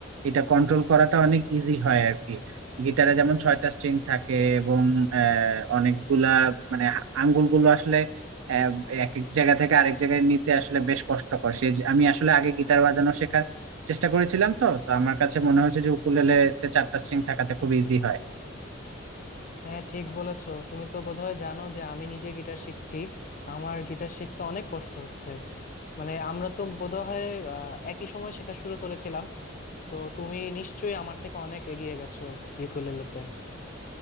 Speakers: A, on the right; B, on the left.
A: এটা কন্ট্রোল করাটা অনেক ইজি হয় আর কি গিটারে যেমন ছয়টা স্ট্রিং থাকে এবং আহ, অনেকগুলা মানে হা- আঙ্গুলগুলো আসলে আহ, এক এক জায়গা থেকে আরেক জায়গায় নিতে আসলে বেশ কষ্টকর সেই যে- আমি আসলে আগে গিটার বাজানো শেখার চেষ্টা করেছিলাম তো তো আমার কাছে মনে হয়েছে যে উকুলেলেতে চারটা স্ট্রিং থাকাতে খুব ইজি হয়
B: হ্যাঁ ঠিক বলেছো তুমি তো বোধহয় জানো যে আমি নিজে গিটার শিখছি আমার গিটার শিখতে অনেক কষ্ট হচ্ছে মানে আমরা তো বোধহয় আহ, একই সময় শেখা শুরু করেছিলাম তো তুমি নিশ্চয়ই আমার থেকে অনেক এগিয়ে গেছো ইউকুলেলেতে